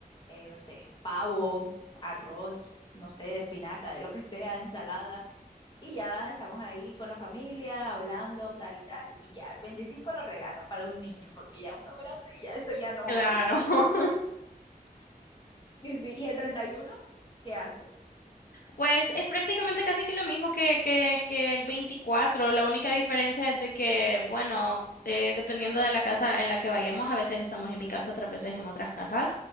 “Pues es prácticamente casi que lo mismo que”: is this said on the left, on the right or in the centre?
Left